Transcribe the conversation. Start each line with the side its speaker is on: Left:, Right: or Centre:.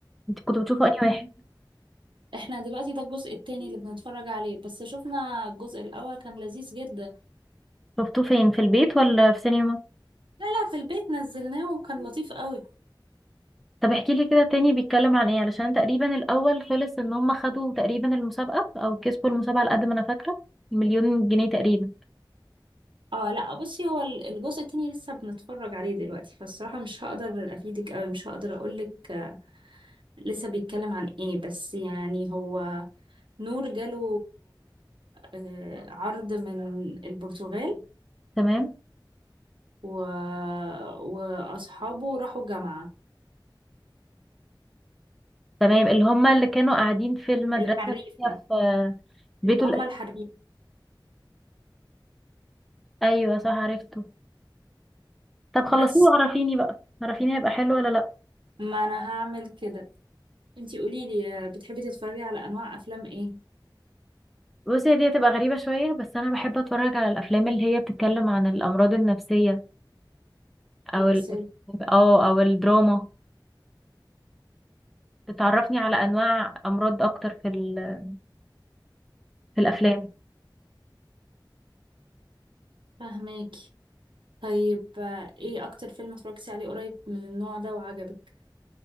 Centre: انتي كنت بتشوفه انهي واحد؟
Right: احنا دلوقتي ده الجزء التاني اللي بنتفرج عليه بس شفنا الجزء الاول كان لذيذ جدا
Centre: شفتوه فين في البيت ولا في سينما؟
Right: لا لا في البيت نزلناه وكان لطيف قوي
Centre: طب احكي لي كده تاني بيتكلم عن ايه علشان تقريبا الاول خلص ان هم خدوا تقريبا المسابقة او كسبوا المسابقة على قد ما انا فاكرة مليون جنيه تقريبا
Right: اه لا بصي هو ال- الجزء التاني لسه بنتفرج عليه دلوقتي فالصراحة مش هقدر افيدك قوي مش هقدر اقولك آه، لسه بيتكلم عن ايه بس يعني هو نور جاله آه، عرض من البرتغال
Centre: تمام
Right: و... وأصحابه راحوا جامعة
Centre: تمام اللي هم اللي كانوا قاعدين في المدرسة
Right: الحريفة
Centre: اللي هي في بيته
Right: اللي هم
Centre: الأ-
Right: الحريفة
Centre: ايوه صح عرفته طب خلصيه
Right: بس
Centre: وعرفيني بقى عرفيني هيبقى حلو ولا لا
Right: ما أنا هعمل كده انتي قوليلي آه، بتحبي تتفرجي على أنواع أفلام ايه
Centre: بصي هي دي هتبقى غريبة شوية بس أنا بحب أتفرج على الأفلام اللي هي بتتكلم عن الأمراض النفسية أو
Right: يا
Centre: ال
Right: سيدي
Centre: أو أو الدراما بتعرفني على أنواع أمراض أكتر في ال في الأفلام
Right: فهماكي طيب آه، ايه أكتر فيلم اتفرجتي عليه قريب من النوع ده وعجبك